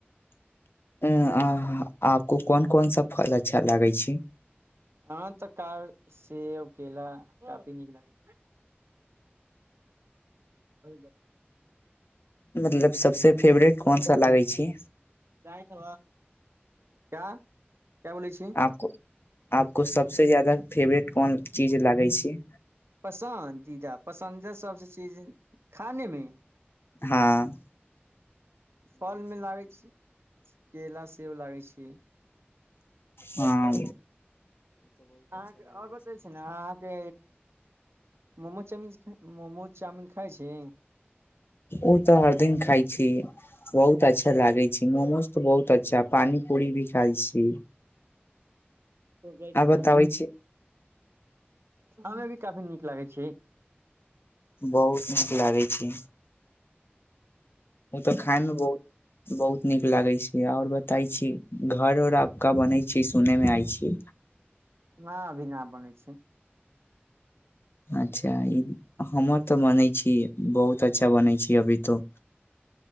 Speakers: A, on the left (about 65°); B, on the right (about 80°).
A: अ आह आपको कोन कोन सा फल अच्छा लागय छै
B: ह तऽ काल सेब केला काफी नीक लागै छै
A: मतलब सभसँ फेवरेट कोन सा लागै छी
B: जाइठब क क्या बोलै छी
A: आपको आपको सबसे जादा फेवरेट कोन चीज लागे छै
B: पसन्द दीदा पसन्द सभसँ चीज खानेमे
A: हँ
B: फलमे लागै छी केला सेब लागै छै
A: आ
B: अहाँके आओर बतै छी ने अहाँके मोमो चाउमीन मोमो चाउमीिन खाय छि
A: ओ तऽ हर दिन खाइ छी बहुत अच्छा लागे छै मोमोज तऽ बहुत अच्छा पानी पूरी भी खाइ छी
B: दूबे
A: आ
B: धान
A: बताबै छी
B: हममे भी काफी नीक लागै छै
A: बहुत नीक लागै छै ह तऽ खाय मे बहुत बहुत नीक लागै छै आओर बताई छी घर ओर आपका बनै छी सुनै मे आय छीै
B: न अभी न बनै छै
A: अच्छा ई हमर तऽ बनै छी बहुत अच्छा बनै छी अभी तो